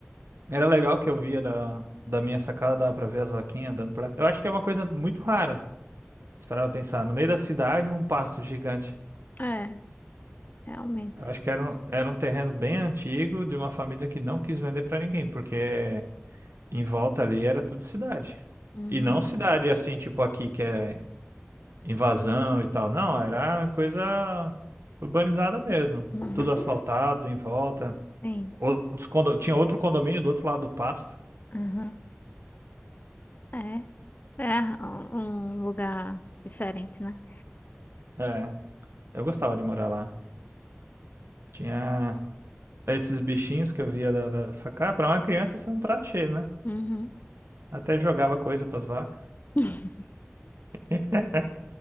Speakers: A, on the right; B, on the left.
A: Era legal que eu via da, da minha sacada, dava pra ver as vaquinhas dando pra. Eu acho que é uma coisa muito rara. Se parar pra pensar, no meio da cidade, um pasto gigante.
B: É, realmente.
A: Eu acho que era um, era um terreno bem antigo, de uma família que não quis vender pra ninguém, porque em volta ali era tudo cidade.
B: Uhum.
A: E não cidade assim, tipo aqui, que é invasão e tal. Não, era coisa urbanizada mesmo.
B: Uhum.
A: Tudo asfaltado em volta.
B: Sim.
A: Outros condo... Tinha outro condomínio do outro lado do pasto.
B: Aham. É. É um lugar diferente, né?
A: É, eu gostava de morar lá. Tinha esses bichinhos que eu via da, da sacada. Para uma criança, isso é um prato cheio, né?
B: Uhum.
A: Até jogava coisa para as vacas.
B: <laughs>
A: <laughs>